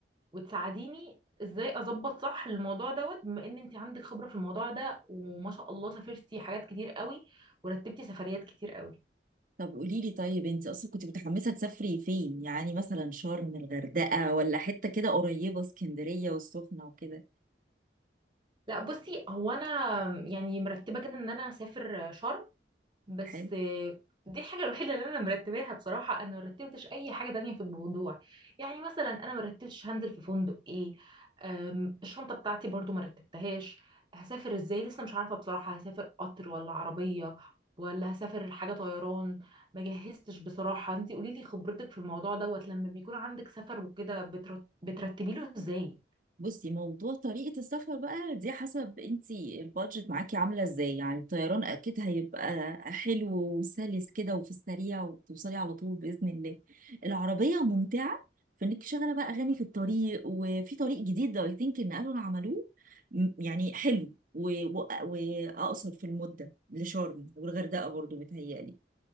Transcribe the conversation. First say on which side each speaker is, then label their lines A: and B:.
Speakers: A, on the right; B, on the right.
A: وتساعديني ازاي اظبط صح الموضوع دوت بما ان انتي عندك خبرة في الموضوع ده وما شاء الله سافرتي حاجات كتير قوي ورتبتي سفريات كتير قوي
B: طب قوليلي طيب انت اصلا كنت متحمسة تسافري فين؟ يعني مثلا شرم الغردقة ولا حتة كده قريبة اسكندرية والسخنة وكده
A: لا بصي هو انا يعني مرتبة كده ان انا هسافر شرم بس
B: حلو
A: آه، دي الحاجة الوحيدة اللي أنا مرتباها بصراحة أنا مرتبتش أي حاجة تانية في الموضوع يعني مثلا أنا مرتبتش هنزل في فندق إيه أم، الشنطة بتاعتي برضو مرتبتهاش هسافر إزاي لسه مش عارفة بصراحة هسافر قطر ولا عربية ولا هسافر حاجة طيران ما جهزتش بصراحة انتي قوليلي خبرتك في الموضوع دوت لما بيكون عندك سفر وكده بترت- بترتبيله إزاي
B: بصي موضوع طريقة السفر بقى دي حسب انتي البادجت معاكي عاملة ازاي يعني الطيران اكيد هيبقى حلو وسلس كده وفي السريع وتوصلي على طول بإذن الله العربية ممتعة فانك شغالة بقى اغاني في الطريق وفي طريق جديد ده اي ثينك ان قالوا إن عملوه م- يعني حلو و- و- واقصر في المدة لشرم والغردقة برضو متهيألي